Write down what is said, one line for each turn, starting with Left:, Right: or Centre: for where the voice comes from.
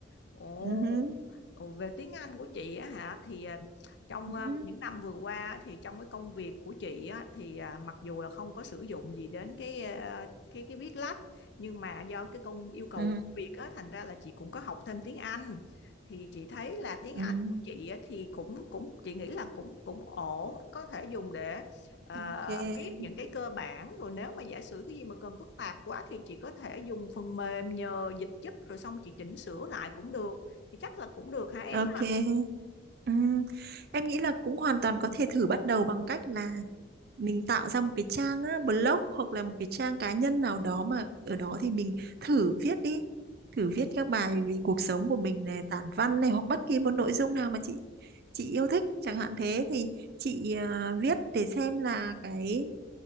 Left: Ồ,
Right: ừ hứ,
Left: ồ, về tiếng Anh của chị á hả thì à, trong
Right: ừ
Left: à,
Right: hứ,
Left: những năm vừa qua á, thì trong cái công việc của chị á thì à, mặc dù là không có sử dụng gì đến cái à, cái cái viết lách nhưng mà do cái công yêu cầu
Right: ừ
Left: của công việc á thành ra là chị cũng có học thêm tiếng Anh thì chị thấy là tiếng
Right: ừ
Left: Anh của chị á, thì cũng cũng chị nghĩ là cũng cũng ổn có thể dùng để à,
Right: ok
Left: biết những cái cơ bản rồi nếu mà giả sử cái gì mà cần phức tạp quá thì chị có thể dùng phần mềm nhờ dịch giúp rồi xong chị chỉnh sửa lại cũng được thì chắc là cũng được hả em
Right: ok
Left: ha
Right: ừ. Em nghĩ là cũng hoàn toàn có thể thử bắt đầu bằng cách là mình tạo ra một cái trang á, blog hoặc là một cái trang cá nhân nào đó mà ở đó thì mình thử viết đi thử viết các bài về cuộc sống của mình này tản văn này hoặc bất kỳ một nội dung nào mà chị chị yêu thích chẳng hạn thế thì chị à, viết để xem là cái